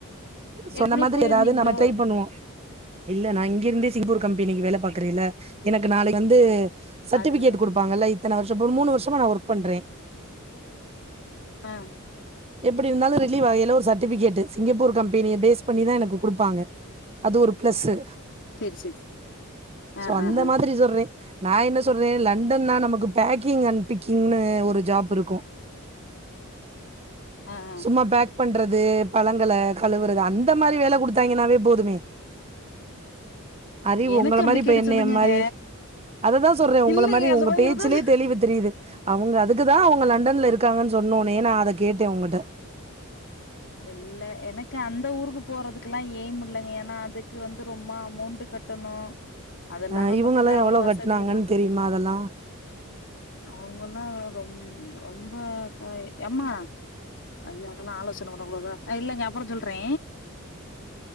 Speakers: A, on the left; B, on the right.
A: ஏற்கனவே
B: சொன்ன மாதிரி
A: போயிருந்தீங்களோ?
B: எதாவது நம்ம ட்ரைப் பண்ணுவோ இல்ல நா இங்கிருந்தே சிங்கபூர் கம்பெனிக்கு வேலப் பாக்குறேல்ல எனக்கு நாளைக்கு வந்து சர்டிஃபிகேட்
A: அதனால.
B: குடுப்பாங்கல்ல இத்தன வருஷம் மூணு வருஷமா நா ஒர்க பண்றே
A: ஆ
B: எப்டி இருந்தாலு ரிலீவ் ஆகையில ஒரு சர்டிஃபிகேட்டு சிங்கப்பூர் கம்பெனிய பேஸ் பண்ணிதா எனக்குக் குடுப்பாங்க அது ஒருப் பிளஸ்சு
A: சரி சரி. அ
B: சோ அந்த
A: அ அ.
B: மாதிரி சொர்றே நா என்ன சொர்றே லண்டன்னா நமக்குப் பேக்கிங் அண் பிக்கிங்னு ஒரு ஜாப் இருக்கும்
A: அ அ.
B: சும்மாப் பேக் பண்றது பழங்களக் கழுவுறது அந்த மாரி வேலக் குடுத்தாய்ங்கன்னாவேப் போதுமே அறிவு
A: எனக்கு
B: உங்கள
A: அப்டி
B: மாரி இப்ப
A: கேட்டு
B: என்னய
A: சொல்லுங்கங்க.
B: மாரி அததா சொல்றே உங்கள
A: இல்லைங்க
B: மாரி
A: அந்த
B: உங்க பேச்சுலயேத்
A: இருந்தா சொ
B: தெளிவுத் தெரியுது அவுங்க அதுக் க்குதான் அவங்க லண்டன்ல இருக்காங்கன் சொன்னோன்னயே நா அதக் கேட்டேன் உங்கட்ட
A: இல்ல எனக்கு அந்த ஊருக்குப் போறதுக்குலாம் எய்ம் இல்லங்க ஏனா அது க்கு வந்து ரொம்ம அமௌண்ட் கட்டணும் அதெல்லா
B: அ
A: நம்மகிட்ட
B: இவங்கல்லா
A: அவ்வள
B: எவ்ளோ
A: வசதி
B: கட்னாங்கன்னு
A: எல்லா
B: தெரியுமா அதெல்லா
A: அவங்கல்லாம் ரொம் ரொம்ப எம்மா ஐயோ அதெல்லா ஆலோஸ் அவ்ளோதா இல்லங்க அப்பறோ சொல்றே